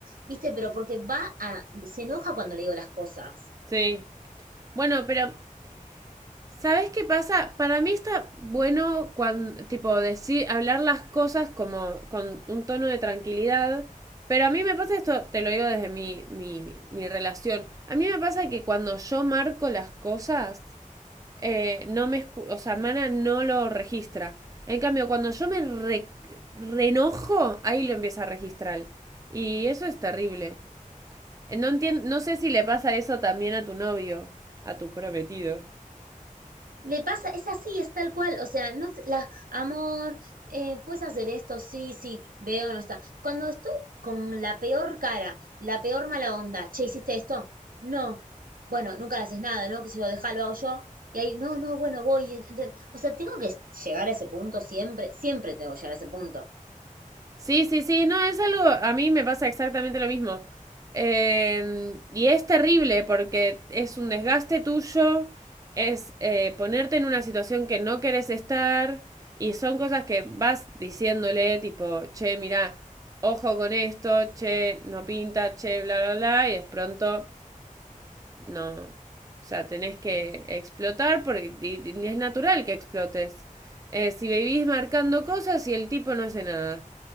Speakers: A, on the right; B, on the right.
A: ¿viste? Pero porque va a, se enoja cuando le digo las cosas.
B: Sí. Bueno, pero ¿sabes qué pasa? Para mí está bueno cuando tipo decir hablar las cosas como con un tono de tranquilidad, pero a mí me pasa esto, te lo digo desde mi mi mi relación. A mí me pasa que cuando yo marco las cosas eh, no me escu- o sea, Mana no lo registra. En cambio, cuando yo me re- reenojo, ahí lo empieza a registrar. Y eso es terrible. No entien- no sé si le pasa eso también a tu novio, a tu prometido.
A: Le pasa, es así, es tal cual, o sea, no, la, amor, eh, puedes hacer esto, sí, sí, veo, no está. Cuando estoy con la peor cara, la peor mala onda, che, ¿hiciste esto? No, bueno, nunca le haces nada, ¿no? Que se lo deja, lo hago yo, y ahí, no, no, bueno, voy, ent- o sea, tengo que llegar a ese punto siempre, siempre tengo que llegar a ese punto.
B: Sí, sí, sí, no, es algo, a mí me pasa exactamente lo mismo. Eh, y es terrible porque es un desgaste tuyo, es eh, ponerte en una situación que no querés estar y son cosas que vas diciéndole tipo, che, mirá, ojo con esto, che, no pinta, che, bla, bla, bla, y de pronto no. O sea, tenés que explotar porque y- y es natural que explotes. Eh, si vivís marcando cosas y el tipo no hace nada.